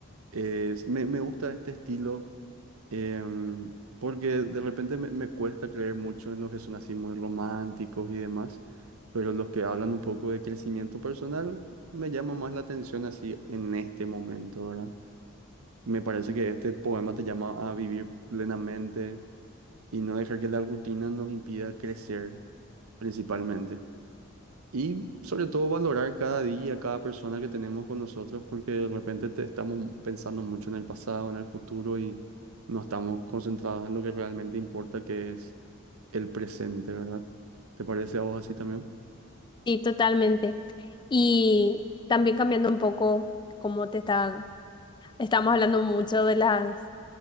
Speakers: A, on the right; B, on the left.
A: eh, me, me gusta este estilo em, porque de repente me, me cuesta creer mucho en los que son así muy románticos y demás, pero los que hablan un poco de crecimiento personal me llama más la atención así en este momento, ¿verdad? Me parece que este poema te llama a vivir plenamente y no dejar que la rutina nos impida crecer principalmente. Y sobre todo valorar cada día, cada persona que tenemos con nosotros, porque de repente te estamos pensando mucho en el pasado, en el futuro y no estamos concentrados en lo que realmente importa, que es el presente, ¿verdad? ¿Te parece a vos así también?
B: Sí, totalmente. Y también cambiando un poco cómo te está Estamos hablando mucho de las